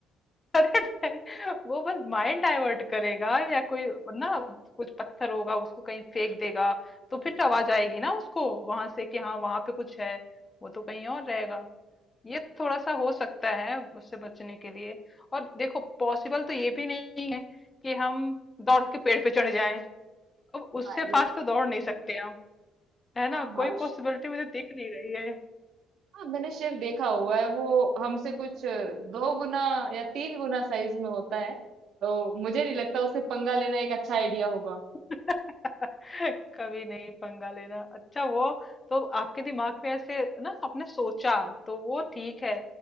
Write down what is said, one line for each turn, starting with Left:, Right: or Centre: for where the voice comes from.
Left: अरे नहीं वो बस माइंड डाइवर्ट करेगा या कोई ना कुछ पत्थर होगा उसको कहीं फेंक देगा तो फिर आवाज आएगी ना उसको वहां से कि हाँ वहां पे कुछ है वो तो कहीं और रहेगा ये थोड़ा सा हो सकता है उससे बचने के लिए और देखो पॉसिबल तो ये भी नहीं है कि हम दौड़ के पेड़ पे चढ़ जाएं अब उससे
Right: हाँ ये
Left: फास्ट
Right: पर
Left: तो दौड़ नहीं सकते हम है ना
Right: हाँ हाँ
Left: कोई पॉसिबिलिटी
Right: श-
Left: मुझे दिख नहीं रही है
Right: हाँ मैंने शेर देखा हुआ है वो हमसे कुछ दो गुना या तीन गुना साइज में होता है तो मुझे नहीं लगता उसे पंगा लेना एक अच्छा आइडिया होगा
Left: <laughs> कभी नहीं पंगा लेना अच्छा वो तो आपके दिमाग में ऐसे ना आपने सोचा तो वो ठीक है